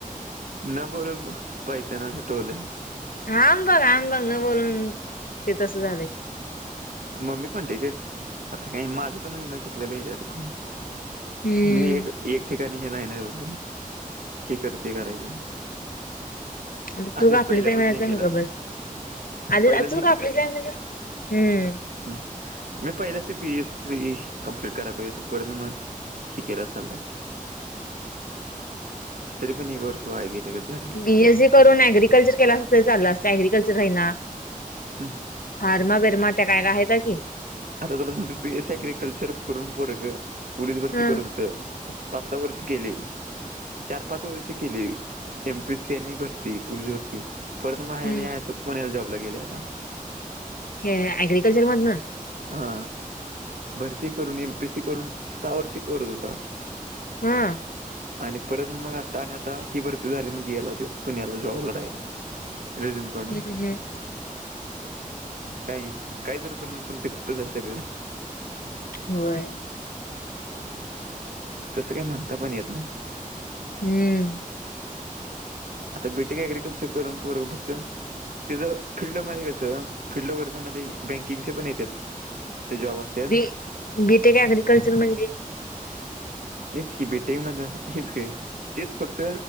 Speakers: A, on the right; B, on the left.
A: न बोलून पायताण टोलं
B: हाम बघ हाम बघ न बोलून ते तस झालय
A: मम्मी पण ठीक आहे आता हे माझं पण ल चुकलेलं आहे आधी पण
B: हम्म
A: मी एक एक ठिकाणी हे नाही ना बललो हे कर ते करायचं
B: आता
A: आधीच
B: चुक आपलीच
A: पहिल्यापासून
B: आहे म्हणायचं
A: हे केलं
B: आणि गप
A: असतं
B: बसायच
A: पहिलाच
B: आणि चुक आपली आपली आहे म्हणजे हम्
A: ह मी पहिले असते बीएस सी कम्प्लीट कराय पाहिजे त पण मग कितीदा चालला
B: <unintelligible>
A: तरीपण न कर वाया गेल्यागत झालं
B: बीएस जी करून अऍग्रिकल्चर केला अस ते चाललं असतं अग्रिकल्चर आहे ना
A: हं.
B: फार्मा बिर्मा त्या काय का आहेत का की
A: आता तुला स बी एस एग्रीकल्चर करून पोर ग पोललीस भरती
B: हा
A: करत होत पाच सहा वर्ष केली चार पाच वर्ष केली एमपीसी यांनी भरती पोलीस भरती परत म आहे
B: हम्म.
A: आणि आहे पुण्याला जॉबला गेले आता
B: हे अग्रिकल्चर मधन
A: हा भरती करून एमपीएस सी करून सहा वर्षी करत होता
B: हा
A: आणि परत मग आता आणि आता ही भरती झाली मग याला ते पुण्याला जॉबला डायरेक्ट रिझूम काडून
B: हम्म हम्म.
A: काय काय जर करून पण तिथंच आहे सगळं
B: होय
A: तसं काही म्हणता पण येत नाही
B: हम्म
A: आता बेटीक अग्रिकल्चर करूनर फक्त तिचं फिल्डमध्ये कस फिल्ड वर्क म बँकिंगचे पण येत जॉब असेल
B: बी बीटेक अग्रिकल्चर म्हणजे
A: तेच की बेटिंग मध्ये हेच का तेच फक्त